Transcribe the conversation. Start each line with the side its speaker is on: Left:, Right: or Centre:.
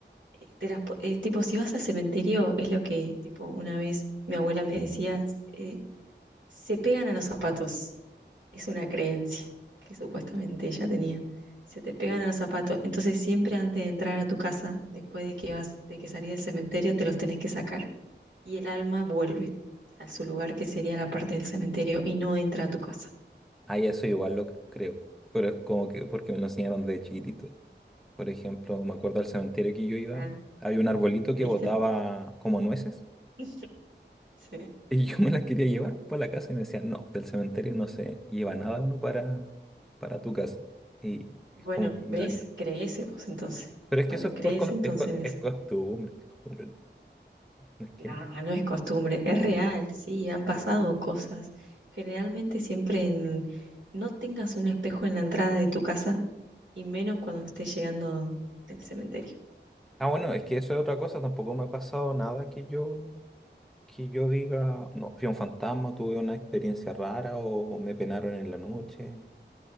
Right: eh, te las, po- eh, tipo, si vas al cementerio, es lo que, tipo, una vez mi abuela me decía, eh, se pegan a los zapatos. Es una creencia que supuestamente ella tenía. Se te pegan a los zapatos. Entonces siempre antes de entrar a tu casa, después de que vas, de que salís del cementerio, te los tenés que sacar. Y el alma vuelve a su lugar, que sería la parte del cementerio, y no entra a tu casa.
Centre: Ah, ya eso igual lo creo. Pero es como que porque me lo enseñaron de chiquitito. Por ejemplo, me acuerdo del cementerio que yo iba,
Right: Ah,
Centre: había un arbolito
Right: ¿viste?
Centre: que botaba como nueces.
Right: <laughs> Sí.
Centre: Y yo <laughs> me las quería llevar para la casa y me decían, no, del cementerio no se lleva nada uno para, para tu casa. Y
Right: Bueno,
Centre: es como que
Right: ¿ves?
Centre: me da miedo.
Right: Crees vos entonces.
Centre: Pero es
Right: Bueno,
Centre: que eso es,
Right: crees
Centre: por, co-
Right: entonces.
Centre: es, co- es costumbre, es costumbre. No No es que...
Right: Nada, no es costumbre, es real, sí, han pasado cosas. Generalmente siempre en... no tengas un espejo en la entrada de tu casa y menos cuando estés llegando del cementerio.
Centre: Ah, bueno, es que eso es otra cosa. Tampoco me ha pasado nada que yo, que yo diga, no, fui un fantasma, tuve una experiencia rara o me penaron en la noche.